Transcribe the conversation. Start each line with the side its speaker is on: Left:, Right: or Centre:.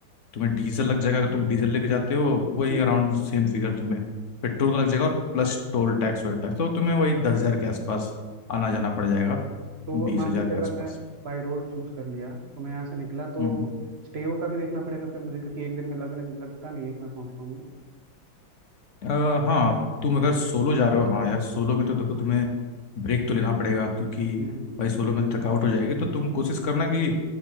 Left: तुम्हें डीजल लग जाएगा अगर तुम डीजल लेके जाते हो वही
Right: हम्म,
Left: अराउंड सेम फिगर तुम्हें पेट्रोल का लग जाएगा और plus toll tax whole tax तो तुम्हें वही
Right: अ,
Left: दस हज़ार के आसपास आना जाना पड़ जाएगा
Right: तो
Left: बीस
Right: मान
Left: हज़ार
Right: लीजिए
Left: के
Right: अगर
Left: आसपास
Right: मैं बाई रोड चूज कर लिया तो मैं यहाँ से निकला तो
Left: हम्म।
Right: स्टेओ का भी देखना पड़ेगा फिर मुझे क्योंकि एक दिन में लग रहा लगता नहीं है कि मैं पहुँच पाऊंगा
Left: आ, हाँ तुम अगर सोलो जा रहे हो हाँ यार सोलो में तो देखो तुम्हें ब्रेक तो लेना पड़ेगा क्योंकि
Right: हम्म
Left: भाई सोलो में थकावट हो जाएगी तो तुम कोशिश करना कि